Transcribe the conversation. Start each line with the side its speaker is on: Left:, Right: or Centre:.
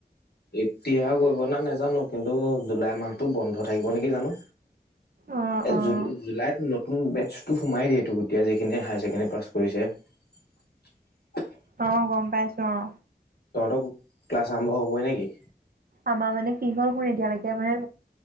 Left: এতিয়া কৰিব ন নাই জানো কিন্তু জুলাই মাহতটো বন্ধ থাকিব নেকি জানো
Right: অ',
Left: এই
Right: অ',
Left: জুল জুলাইত নতুন বেচ সোমাই দিয়েতটো এতিয়া যিখিনি হায়াৰ ছেকেণ্ডেৰী পাছ কৰিছে
Right: অ গম পাইছো অ
Left: তহঁতৰ ক্লাছ আৰম্ভ হবই নেকি
Right: আমাৰ মানে কি হল শুন এতিয়ালৈকে মানে